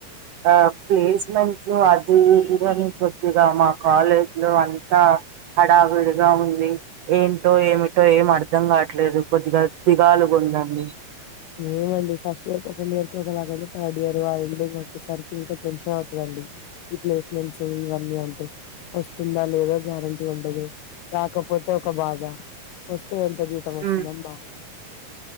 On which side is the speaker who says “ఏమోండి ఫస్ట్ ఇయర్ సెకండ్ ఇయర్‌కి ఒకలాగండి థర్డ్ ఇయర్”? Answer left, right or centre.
Left